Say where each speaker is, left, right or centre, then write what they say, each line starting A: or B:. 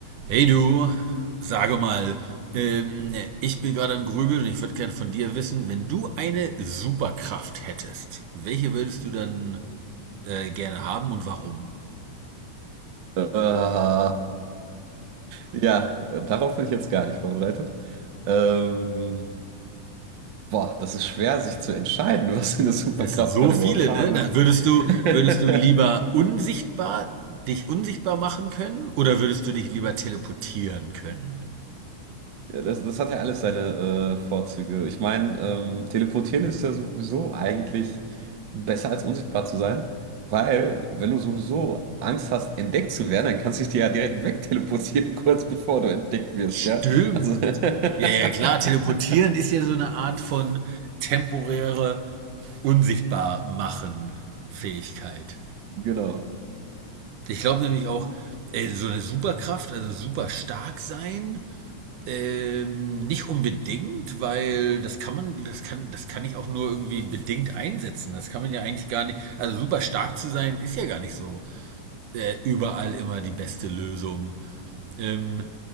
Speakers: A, on the right; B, on the right.
A: Hey du, sage mal, ähm, ich bin gerade im Grübeln und ich würde gerne von dir wissen, wenn du eine Superkraft hättest, welche würdest du dann äh, gerne haben und warum?
B: Äh, <laughs> ja, darauf bin ich jetzt gar nicht vorbereitet. Ähm, boah, das ist schwer, sich zu entscheiden, <laughs> was für eine Superkraft
A: Das sind so
B: man
A: viele,
B: überhaupt habe.
A: ne? Na, würdest du,
B: <laughs>
A: würdest du lieber unsichtbar, dich unsichtbar machen können oder würdest du dich lieber teleportieren können?
B: Ja, das, das hat ja alles seine äh, Vorzüge. Ich meine, ähm, teleportieren ist ja sowieso eigentlich besser als unsichtbar zu sein, weil wenn du sowieso Angst hast, entdeckt zu werden, dann kannst du dich dir ja direkt wegteleportieren, <laughs> kurz bevor du entdeckt wirst,
A: Stimmt.
B: ja? Also,
A: Ja,
B: <laughs>
A: ja, klar, teleportieren ist ja so eine Art von temporäre Unsichtbar machen Fähigkeit.
B: genau.
A: Ich glaube nämlich auch, ey, so eine Superkraft, also super stark sein, ähm, nicht unbedingt, weil das kann man, das kann, das kann ich auch nur irgendwie bedingt einsetzen. Das kann man ja eigentlich gar nicht. Also super stark zu sein, ist ja gar nicht so äh, überall immer die beste Lösung. Ähm,